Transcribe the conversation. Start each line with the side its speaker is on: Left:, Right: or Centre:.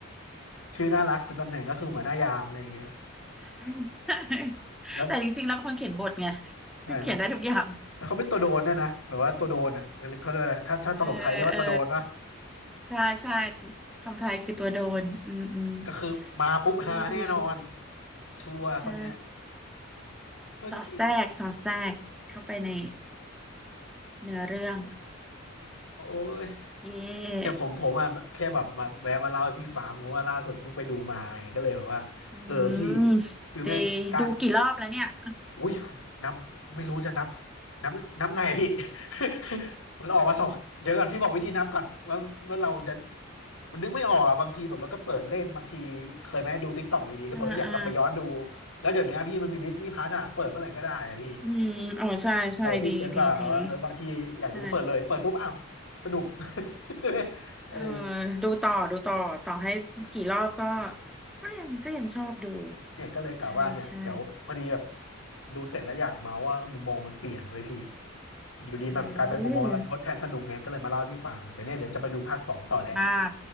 Left: ชื่อน่ารักแต่ตำแหน่งก็คือหัวหน้ายามอะไรอย่างเงี้ย
Centre: ใช่
Left: แล้ว
Centre: แต่จริงๆแล้วเป็นคนเขียนบทไง
Left: ใช่แล้ว
Centre: เขียนได้ทุกอย่าง
Left: แล้วเขาเป็นตัวโดนด้วยนะแบบว่าตัวโดนอ่ะเขาเรียกว่าอะไรถ้าถ้าตลกไทยเรียกว่าตัวโดนปะ
Centre: เออเออใช่ใช่คำไทยคือตัวโดนอืมอืม
Left: ก็คือมาปุ๊บหาแน่นอน
Centre: ดีดี
Left: ชัวร์คนเนี้ย
Centre: ใช่
Left: โอเค
Centre: สอดแทรกสอดแทรกเข้าไปในเนื้อเรื่อง
Left: โอ้ย
Centre: เย
Left: เนี่ยผมผมอะแค่แบบมาแวะมาเล่าให้พี่ฟังเพราะว่าล่าสุดเพิ่งไปดูมาไงก็เลยแบบว่าเออพี่
Centre: ่อืม
Left: คือแม่งการ
Centre: ดีดูกี่รอบแล้วเนี่ย <laughs>
Left: อุ้ยนับไม่รู้จะนับนับนับไงอะพี่ <laughs> มันออกมาสองเดี๋ยวก่อนพี่บอกวิธีนับก่อนว่าว่าเราจะมันนึกไม่ออกอ่ะบางทีแบบเราก็เปิดเล่นบางทีเคยไหมดูติ๊กต็อกอยู่ดีก็บอกว่าอยากกลับไปย้อนดู
Centre: อ่าอ่า
Left: แล้วเดี๋ยวนี้พี่มันมีดิสนีย์พลัสอ่ะเปิดเมื่อไหร่ก็ได้อ่ะพี่
Centre: อืมอ๋อใช่ใช่ดีดีดี
Left: เออพี่เก็ตว่าว่าเออบางทีอยากดูเปิดเลยเปิดปุ๊บอ้าว
Centre: ใช่
Left: สนุก <laughs> ใช่ไหมเออ
Centre: เออดูต่อดูต่อต่อให้กี่รอบก็ก็ยังก็ยังชอบดู
Left: เนี่ยก็เลยกะว่าเนี่ยเดี๋ยวพอดีแบบ
Centre: ใช่ใช่
Left: ดูเสร็จแล้วอยากเมาว่ามุมมองมันเปลี่ยนไว้ยพี่อยู่ดีแบบกลายเป็นมุมมองรันทดแทนสนุกไงก็เลยมาเล่าให้พี่ฟังเดี๋ยวเนี่ยเดี๋ยวจะไปดูภาคสองต่อแหละ
Centre: เออดีมาก